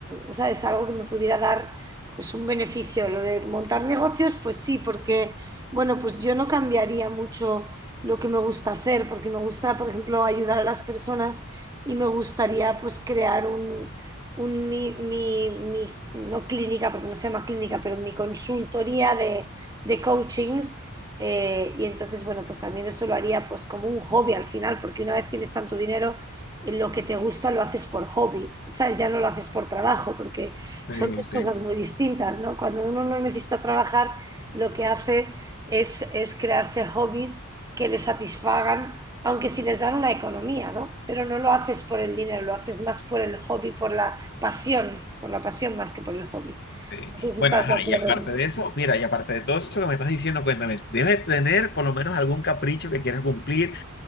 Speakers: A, on the right; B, on the left.
A: mm, ¿sabes? Algo que me pudiera dar pues un beneficio. Lo de montar negocios, pues sí, porque, bueno, pues yo no cambiaría mucho lo que me gusta hacer, porque me gusta, por ejemplo, ayudar a las personas y me gustaría pues crear un, un mi, mi- mi- no clínica, porque no se llama clínica, pero mi consultoría de, de coaching eh, y entonces, bueno, pues también eso lo haría pues como un hobby al final, porque una vez tienes tanto dinero, eh, lo que te gusta lo haces por hobby, ¿sabes? Ya no lo haces por trabajo, porque
B: Sí,
A: son dos
B: sí,
A: cosas muy distintas, ¿no? Cuando uno no necesita trabajar, lo que hace es, es crearse hobbies que le satisfagan, aunque sí les dan una economía, ¿no? Pero no lo haces por el dinero, lo haces más por el hobby, por la pasión, por la pasión más que por el hobby.
B: sí.
A: No sé si
B: Bueno,
A: estás
B: ajá,
A: de acuerdo.
B: y aparte de eso, mira, y aparte de todo eso que me estás diciendo, cuéntame, debes tener por lo menos algún capricho que quieras cumplir